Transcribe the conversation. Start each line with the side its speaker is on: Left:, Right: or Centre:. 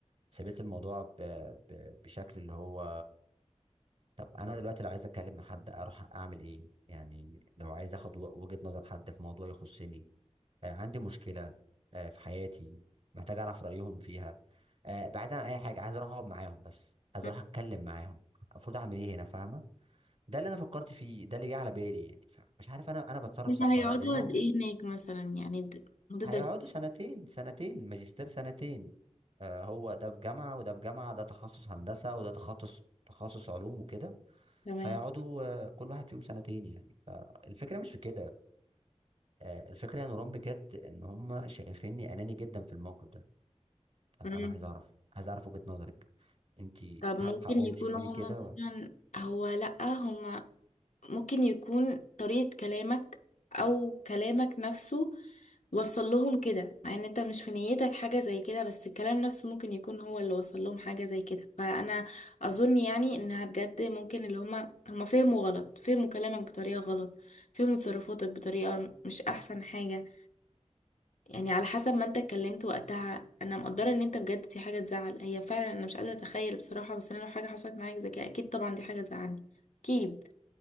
Right: سبيت الموضوع ب... ب... بشكل اللي هو طب أنا دلوقتي لو عايز أتكلم مع حد أروح أعمل إيه؟ يعني لو عايز أخد و- وجهة نظر حد في موضوع يخصني آه، عندي مشكلة آه، في حياتي محتاج أعرف رأيهم فيها آه، بعيدا عن أي حاجة عايز أروح أقعد معاهم بس عايز
Left: مم.
Right: أروح أتكلم معاهم المفروض أعمل إيه هنا فاهمة ده اللي أنا فكرت فيه ده اللي جه على بالي يعني ف- مش عارف أنا أنا بتصرف
Left: هما
Right: صح
Left: هيقعدوا
Right: ولا لأ لأنهم
Left: قد ايه هناك مثلا يعني د- مدة
Right: هيقعدوا
Left: دراسة
Right: سنتين سنتين ماجستير سنتين آه، هو ده في جامعة وده في جامعة ده تخصص هندسة وده تخصص تخصص علوم وكده
Left: تمام
Right: فيقعدوا آه، كل واحد فيهم سنتين يعني فالفكرة مش في كده آه، الفكرة يا نوران بجد إن هم شايفيني أناني جدا في الموقف ده
Left: مم.
Right: انا عايز اعرف عايز اعرف وجهة نظرك انت
Left: طب ممكن
Right: هل حقهم
Left: يكونوا
Right: يشوفوني
Left: هما
Right: كده
Left: مثلا
Right: ولا
Left: هو لأ هما ممكن يكون طريقة كلامك أو كلامك نفسه وصل لهم كده مع ان انت مش في نيتك حاجة زي كده بس الكلام نفسه ممكن يكون هو اللي وصل لهم حاجة زي كده فأنا أظن يعني إنها بجد ممكن اللي هما هما فهموا غلط فهموا كلامك بطريقة غلط فهموا تصرفاتك بطريقة مش أحسن حاجة يعني على حسب ما انت اتكلمت وقتها انا مقدره ان انت بجد دي حاجه تزعل هي فعلا انا مش قادره اتخيل بصراحه بس انا لو حاجه حصلت معايا زي كده اكيد طبعا دي حاجه تزعلني اكيد